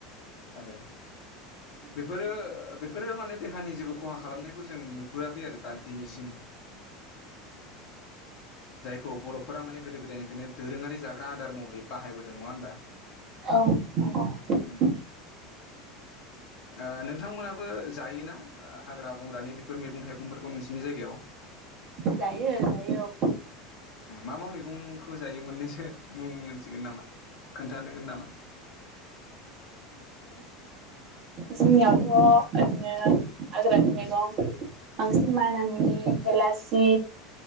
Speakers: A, on the left; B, on the right.
A: आरो। बेफोरो बेफोरो माने देहानि जेबो खहा खालामनायखौ जों नुबोआखै आरो दा दिनैसिम जायखौ बर'फोरा माने गोदो गोदायनि बिदिनो दोरोंङारि जाग्रा आदार महरै बाहायबोदों नंङा होनबा?
B: औ मंग
A: उम उम
B: <unintelligible>
A: <inaudible> नोंथांमोनाबो जायोना हाग्रा बंग्रानि बेफोर मैगं थाइगंफोरखौ नोंसिनि जायगायाव? <inaudible>
B: जायो जायो।
A: मा मा मैगंखौ जायो मोननैसो मुं मोनथिगोन नामा? खोन्थानांगोन नामा?
B: जोंनियावथ' ओरैनो हाग्रानि मैगं बांसिन मानामुननि हेलासि